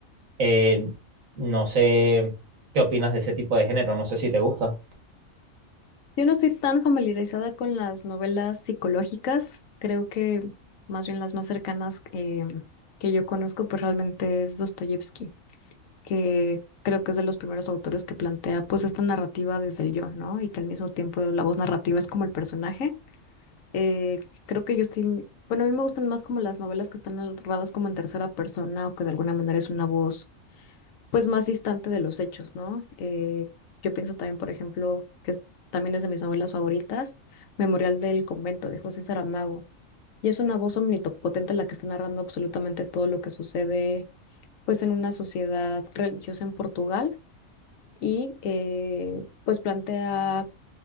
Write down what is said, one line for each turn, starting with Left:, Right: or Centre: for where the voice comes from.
Right: Eh, no sé qué opinas de ese tipo de género, no sé si te gusta.
Left: Yo no estoy tan familiarizada con las novelas psicológicas, creo que más bien las más cercanas eh, que yo conozco, pues realmente es Dostoyevsky, que creo que es de los primeros autores que plantea pues esta narrativa desde el yo, ¿no? Y que al mismo tiempo la voz narrativa es como el personaje. Eh, creo que yo estoy, bueno, a mí me gustan más como las novelas que están narradas como en tercera persona o que de alguna manera es una voz pues más distante de los hechos, ¿no? Eh, yo pienso también, por ejemplo, que es- también es de mis novelas favoritas, Memorial del Convento de José Saramago. Y es una voz omnipotente la que está narrando absolutamente todo lo que sucede pues en una sociedad religiosa en Portugal y eh, pues plantea